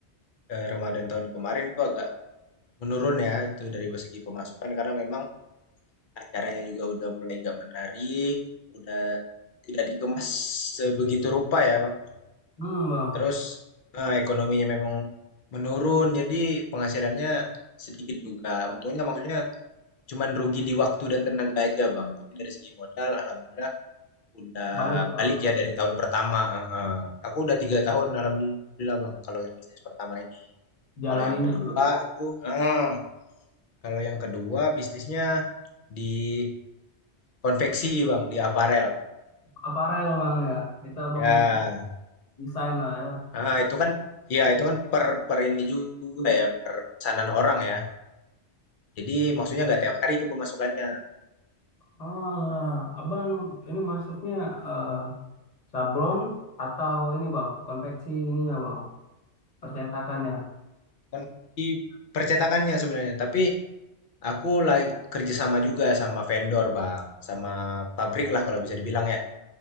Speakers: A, on the left; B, on the left.
A: eee, Ramadan tahun kemarin tuh agak menurun ya, itu dari segi pemasukan karena memang acaranya juga udah mulai nggak menarik, udah tidak dikemas sebegitu rupa ya, Bang.
B: Hmm, bang,
A: Terus, eee, ekonominya memang menurun, jadi penghasilannya sedikit juga. Untungnya maksudnya cuman rugi di waktu dan tenaga aja, Bang, tapi dari segi modal alhamdulillah Udah
B: balik lah
A: balik
B: bang.
A: ya dari tahun pertama, heeh. Aku udah 3 tahun alhamdulillah Bang, kalau yang bisnis pertama ini.
B: Jalaninnya
A: Kalau yang kedua
B: bang.
A: itu heeh, kalau yang kedua bisnisnya di konveksi Bang, di aparel.
B: Aparel bang ya. Itu abang
A: Ya,
B: bikin desain lah ya.
A: heeh, itu kan ya itu kan per per ini juga ya, per pesanan orang ya. Jadi maksudnya nggak tiap hari itu pemasukannya.
B: Oh, lah. abang ini masuknya eh, sablon atau ini bang, konveksi ininya bang, percetakannya.
A: Konveksi percetakannya sebenarnya, tapi aku lagi kerjasama juga sama vendor Bang, sama pabrik lah kalau bisa dibilang ya.